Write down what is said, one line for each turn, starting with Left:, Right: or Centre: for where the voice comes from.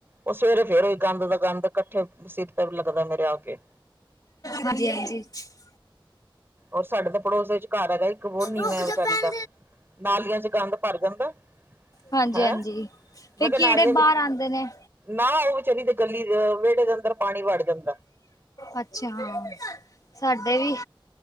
Right: ਓ ਸਵੇਰੇ ਫੇਰ ਓਈ ਗੰਦ ਦਾ ਗੰਦ ਕੱਠੇ ਸਿਰ ਤੇ ਲੱਗਦਾ ਮੇਰੇ ਆ ਕੇ।
Left: ਹਾਂਜੀ ਹਾਂਜੀ <unintelligible>
Right: ਔਰ ਸਾਡੇ ਤਾਂ ਪੜੋਸ ਵਿਚ ਘਰ ਹੈਗਾ ਈ ਹੋਰ ਨੀਵਾਂ
Left: ਰੁਕ
Right: ਏ ਵਿਚਾਰੀ
Left: ਜਾ ਭੈਣ
Right: ਦਾ ਨਾਲੀਆਂ ਚ ਗੰਦ ਭਰ ਜਾਂਦਾ।
Left: ਹਾਂਜੀ,
Right: ਹੈ
Left: ਹਾਂਜੀ ਤੇ
Right: ਮੈਂ ਕਿਹਾ
Left: ਕੀੜੇ
Right: ਨਾਲੀਆਂ
Left: ਬਾਅਰ
Right: ਚ
Left: ਆਂਦੇ ਨੇ।
Right: ਨਾ ਓ ਵਿਚਾਰੀ ਦੇ ਗੱਲੀ ਦੇ ਵੇੜੇ ਦੇ ਅੰਦਰ ਪਾਣੀ ਵੜ ਜਾਂਦਾ
Left: ਅੱਛਾਾਂ ਸਾਡੇ ਵੀ